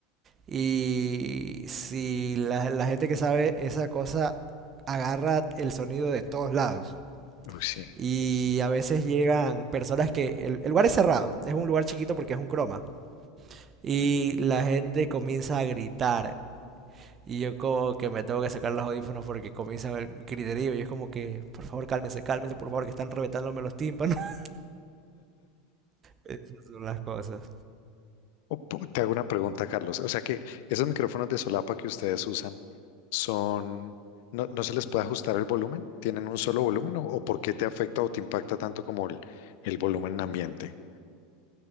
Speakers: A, on the right (about 35°); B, on the left (about 65°).
A: Y si la, la gente que sabe esa cosa agarra el sonido de todos lados.
B: Uy, sí.
A: Y a veces llegan personas que... El, el lugar es cerrado, es un lugar chiquito porque es un croma y la gente comienza a gritar. Y yo como que me tengo que sacar los audífonos porque comienza a haber griterío. Y es como que, por favor, cálmense, cálmense, por favor, que están reventándome los tímpanos. <laughs> Esas son las cosas.
B: O pu- Te hago una pregunta, Carlos. O sea que esos micrófonos de solapa que ustedes usan son, no, no se les puede ajustar el volumen, tienen un solo volumen o, o por qué te afecta o te impacta tanto como el, el volumen ambiente.